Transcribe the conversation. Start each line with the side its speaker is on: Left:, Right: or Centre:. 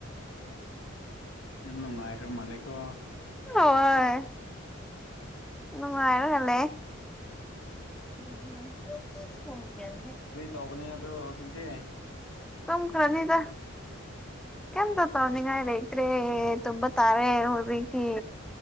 Left: ꯌꯥꯝ ꯅꯨꯡꯉꯥꯏꯈ꯭ꯔ ꯃꯥꯜꯂꯦꯀꯣ
Centre: ꯍꯣꯏ ꯅꯨꯡ ꯉꯥꯏꯔꯦ ꯎꯝ ꯍꯣꯏ
Left: ꯀꯔꯤ ꯇꯧꯒꯅꯤ ꯍꯧꯖꯤꯛꯇꯤ
Centre: ꯌꯨꯝꯈꯔꯅꯤꯗ ꯀꯝꯇ ꯇꯧꯅꯤꯉꯥꯏ ꯔꯩꯇ꯭ꯔꯦ ꯇꯨꯝꯕ ꯇꯥꯔꯦ ꯍꯣꯔꯤꯀꯤ